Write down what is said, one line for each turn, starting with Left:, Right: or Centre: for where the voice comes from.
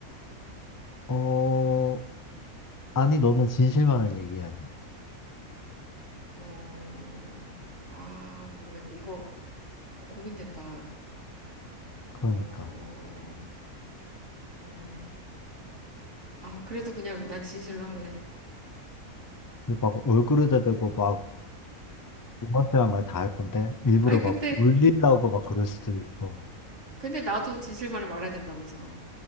Left: 어, 아니, 너는 진실만을 얘기해야 돼.
Right: 어, 아, 모르겠네. 이거 어, 고민된다. 어,
Left: 그러니까.
Right: 어, 히- 아, 그래도 그냥 난 진실로 할래.
Left: 그리고 막 얼굴에다 대고 막 오만때만 말 다 할 건데, 일부러
Right: 아니, 근데,
Left: 막 울리려고 막 그럴 수도 있고.
Right: 근데 나도 진실만을 말해야 된다면서.